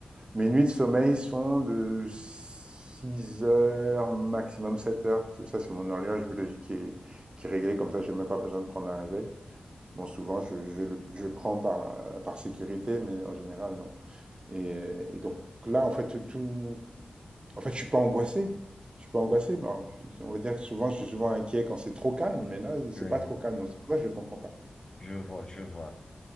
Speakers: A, on the right (about 35°); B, on the left (about 30°).
A: mes nuits de sommeil sont de 6 heures, maximum 7 heures. Tout ça, c'est mon horloge biologique qui est, qui est réglée, comme ça, j'ai même pas besoin de prendre un réveil. Bon, souvent, je, je, le- je le prends par, euh, par sécurité, mais en général, non. Et, euh, et donc là, en fait, tout. En fait, je suis pas angoissé. Je suis pas angoissé. Bon, je on va dire que souvent, je suis souvent inquiet quand c'est trop calme, mais là, c'est
B: Oui,
A: pas trop calme. Donc, c'est pour ça que je comprends pas.
B: je vois, je vois.